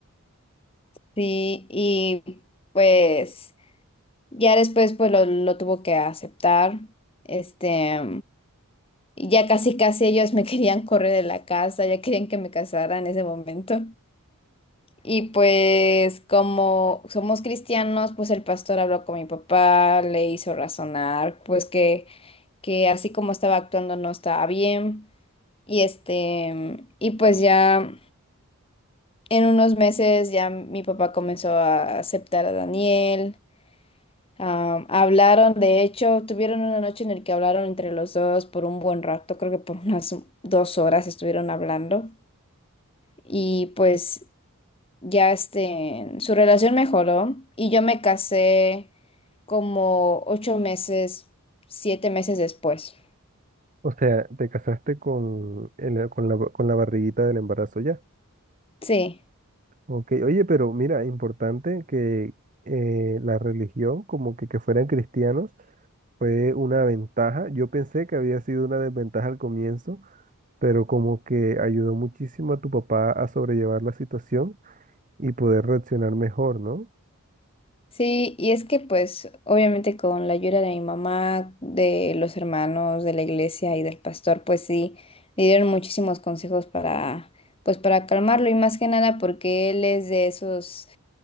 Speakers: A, on the left (about 25°); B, on the right (about 35°).
A: Sí, y pues ya después pues lo, lo tuvo que aceptar. Este, Y ya casi casi ellos me <laughs> querían correr de la casa, ya querían que me casara en ese momento. Y pues como somos cristianos, pues el pastor habló con mi papá, le hizo razonar, pues que, que así como estaba actuando no estaba bien. Y este, y pues ya en unos meses ya mi papá comenzó a aceptar a Daniel. Ah, hablaron, de hecho, tuvieron una noche en la que hablaron entre los dos por un buen rato, creo que por unas dos horas estuvieron hablando y pues ya este, su relación mejoró y yo me casé como ocho meses, siete meses después.
B: o sea, te casaste con, el- eh, con la, con la barriguita del embarazo ya.
A: Sí.
B: Ok, oye, pero mira, importante que eh, la religión, como que, que fueran cristianos, fue una ventaja. Yo pensé que había sido una desventaja al comienzo, pero como que ayudó muchísimo a tu papá a sobrellevar la situación y poder reaccionar mejor, ¿no?
A: Sí, y es que pues obviamente con la ayuda de mi mamá, de los hermanos, de la iglesia y del pastor, pues sí, le dieron muchísimos consejos para, pues para calmarlo y más que nada porque él es de esas